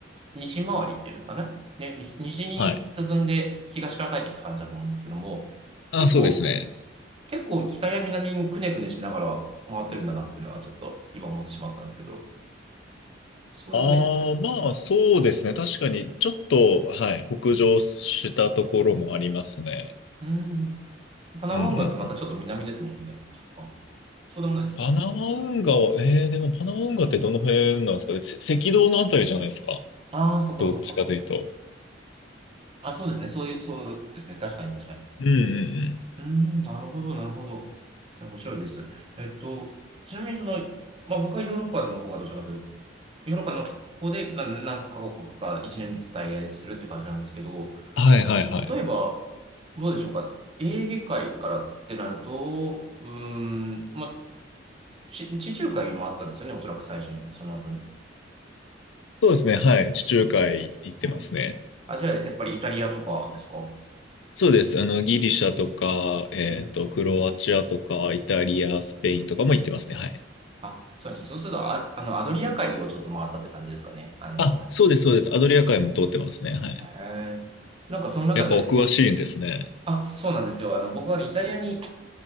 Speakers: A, on the right; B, on the left.
A: 西回りっていうんですかね。ね、西に進んで東から帰ってきた感じだと思うんですけども、
B: はい。あ、
A: 結構、
B: そうですね。
A: 結構北や南にくねくねしながら回ってるんだなっていうのはちょっと今思ってしまったんですけど、そうでもないんですかね。
B: ああ、まあ、そうですね。確かに、ちょっと、はい、北上したところもありますね。
A: うん。パナマ運河ってまたちょっと南ですもんね。
B: うん、うん、うん。
A: 若干。そうでもないですかね。
B: パナマ運河は、えー、でもパナマ運河ってどの辺なんですかせ赤道のあたりじゃないですか
A: ああ、そっかそっか。
B: どっちかというと。
A: あ、そうですね。そういう、そうですね。確かに確かに。
B: うんうんうん。
A: うーん、なるほど、なるほど。面白いです。えっと、ちなみにその、まあ僕はヨーロッパの方がどちらかというヨーロッパの方で何何カ国か1年ずつ滞在してるって感じなんですけど、
B: はいはいはい。
A: あと、例えば、どうでしょうか。エーゲ海からってなると、うーん、まあ、ち地中海もあったんですよね、おそらく最初に、その後に。
B: そうですね。はい。地中海行ってますね。
A: うん。あ、じゃあ、やっぱりイタリアとかですか
B: そうです。あの、ギリシャとか、えっと、
A: うん。
B: クロアチアとか、イタリア、スペインとかも行ってますね。はい。
A: あ、そうです。そうすると、あ、あの、アドリア海をちょっと回ったって感じですかね。あの、
B: あ、そうです、そうです。アドリア海も通ってますね。はい。
A: へえ。なんかその中で、
B: やっぱお詳しいんですね。
A: あ、そうなんですよ。あの、僕はね、イタリアに